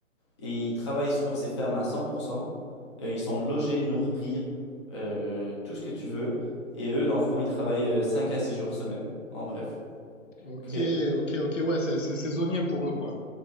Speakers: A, on the left (about 20°); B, on the left (about 65°).
A: et ils travaillent sur ces fermes à 100%. Euh, ils sont logés, nourris, euh, tout ce que tu veux. Et eux, dans le fond, ils travaillent euh, 5 à 6 jours semaine, en bref.
B: Ok,
A: OK.
B: ok, ok, ouais, c'est c'est saisonnier pour eux, quoi.